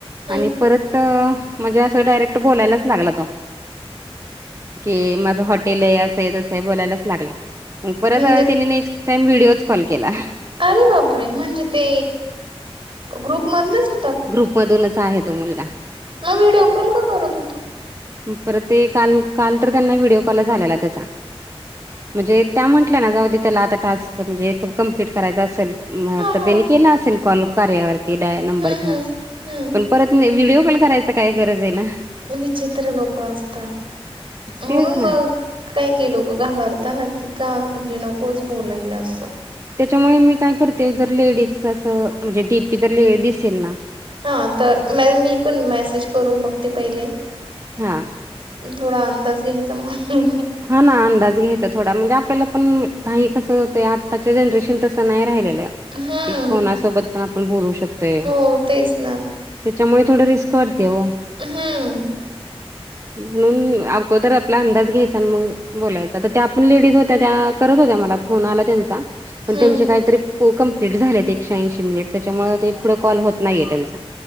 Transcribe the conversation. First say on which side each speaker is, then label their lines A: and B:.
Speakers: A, on the right; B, on the right.
A: हम्म
B: आणि परंत म्हणजे असं डायरेक्ट बोलांयलाचं लागलां तो की माझं हॉटेल आहे असंय तसंय बोलांयलाचं लागंला मंग परंत
A: म्हणजे
B: तिने नेक्स्ट टाईम त्यांने व्हिडिओच कॉल केलां
A: अरे बापरे रे म्हणजे ते ग्रुप मधलंच हो
B: ग्रुपमधूंनच आहे तो मुलंगा
A: मंग व्हिडिओकॉल कां करतं होतां
B: परंत ते काॅल काॅल तरं त्यांना व्हिडिओ कॉलचं आलेला त्यांचा म्हणजे त्यां म्हंटल्यावर नां जाऊंदे त्यांला आंता टांस्क म्हणजे कम्प्लीट करायचं असेल अं
A: हा
B: तरं
A: हा.
B: त्यांनी केलां असेल कॉल कार्यावरती नंबर
A: हम्म
B: घेऊंन
A: हम्म हम्म.
B: पणं परंत नाहीं व्हिडिओ कॉल करांयचा कायं गरजं आहे नां
A: विचित्र लोकं असतांत म्हणूंन
B: तेच ना
A: मंग कायं कायं लोकं घाबरतांना की कां म्हणजे नकोच बोलांयला असं
B: त्यांच्यामुळे मी कायं करते जरं लेडीज असं म्हणजे डीपी जरं लेडी दिसेल नां
A: हां तरं मॅ मी पणं मेसेज करूंन बघते पहिले
B: हा
A: थोडां अंदाज घ्यांयचा मलां
B: हां नां अंदाज घ्यांयचा थोडां म्हणजे आपल्यांला पणं कांहीं कसं होतं आंत्ताच्या जनरेशन तसं नाहीं राहिले
A: हम्म.
B: कोनांसोबतं पणं आपणं बोलूं शकतोय
A: हो तेच ना.
B: त्यांच्यामुळे थोडं रिस्क वाटते ओ
A: हम्मं
B: म्हणूंन अगोदर आपलां अंदाज घ्यांयचा मं बोलायचं तरं त्यां आपणं लेडीज होत्यां त्यां करतं होत्यां मलां फोन आंला त्यांचा पणं
A: हम्म.
B: त्यांचे कांहींतरी हो कंपलीट झालेत एकश्याऐंशी मिनिटं त्यांच्यामुळे ते पुढे कॉल होतं नाहीये त्यांचा